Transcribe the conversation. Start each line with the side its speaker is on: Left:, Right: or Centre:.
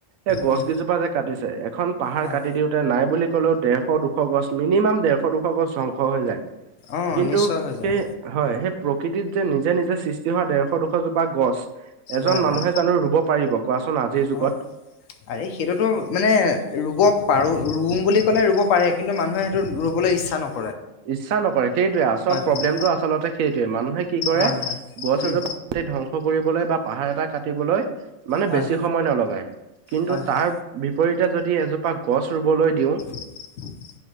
Right: এ গছ
Left: উম
Right: কিজোপা যে কাটিছে এখন পাহাৰ
Left: হয়
Right: কাটি দিওঁতে নাই বুলি কলেও ডেৰশ দুশ গছ মিনিমাম ডেৰশ দুশ গছ ধ্বংস হৈ যায়।
Left: অ
Right: কিন্তু
Left: নিশ্চয় হৈ
Right: সেই
Left: যায়
Right: হয়। সেই প্ৰকৃতিত যে নিজে নিজে সৃষ্টি হোৱা ডেৰশ-দুশজোপা গছ এজন
Left: হয়
Right: মানুহে
Left: হয়
Right: জানো ৰুব পাৰিব। কোৱাচোন, আজিৰ যুগত।
Left: অ', আৰে, সেইটোতো মানে ৰুব পাৰো ৰুম বুলি ক'লে ৰুব পাৰে কিন্তু মানুহে সেইটো ৰুবলে ইচ্ছা নক
Right: ইচ্ছা নকৰে সেইটোৱে, আচল প্ৰব্লেমটো
Left: হয়,
Right: আচলতে সেইটোয়ে। মানুহে, কি কৰে
Left: হয়, হয়,
Right: গছ
Left: উম,
Right: এজোপা ধ্বংস কৰিবলৈ বা পাহাৰ এটা কাটিবলৈ। মানে
Left: হয়,
Right: বেছি সময় নলগাই, কিন্তু
Left: হয়, হয়,
Right: তাৰ বিপৰীতে যদি এজোপা গছ ৰুবলৈ দিওঁ।
Left: <inaudible>